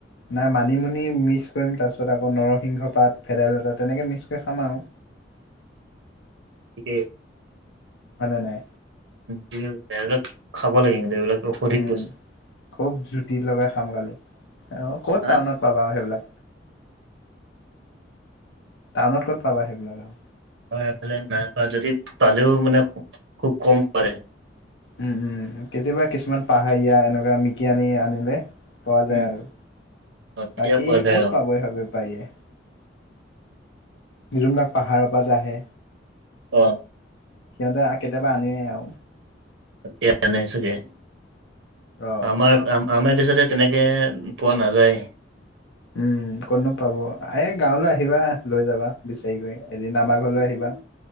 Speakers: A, on the left; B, on the right.
A: নাই মানিমুনি মিক্স কৰিম তাৰপিছত আকৌ নৰসিংহ পাত ভেদাইলতা তেনেকৈ মিক্স কৰি খাম আৰু।
B: ঠিকেই।
A: হয়নে নাই
B: ঠিক আছে, এইবিলাক খাব লাগে কিন্তু এইবিলাক ঔষধিক
A: উম
B: বস
A: খুব জুতি লগাই খাম কালি অ', ক'ত
B: হা
A: টাউনত পাবা আৰু সেইবিলাক টাউনত ক'ত পাবা সেইবিলাক আৰু।
B: অ', এফালে নাই পোৱা যদি পালেও মানে খুব কম পাৰে।
A: উম, উম, কেতিয়াবা কিছুমান পাহাৰীয়া এনেকুৱা মিকি আনি আনিলে। পোৱা যায়
B: উম
A: আৰু
B: অ তেতিয়া
A: বাকী
B: পোৱা যায়
A: ক'ত
B: অ
A: পাব এইভাবে। পায় যায় যোনবিলাক পাহাৰৰ পৰা আহে।
B: অ'।
A: সিহঁতে আহা কেতিয়াবা আনেই আৰু।
B: ইয়াত আনে চাগে
A: অ
B: আমাৰ আম আমাৰ এইটো চাইডে তেনেকে পোৱা নাযায়।
A: উম, ক'তনো পাব এই গাঁৱলৈ আহিবা লৈ যাবা বিচাৰি কৰি এদিন আমাৰ ঘৰলৈ আহিবা।